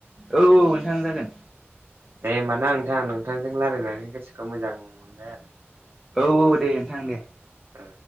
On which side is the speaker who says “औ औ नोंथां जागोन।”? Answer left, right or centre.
Centre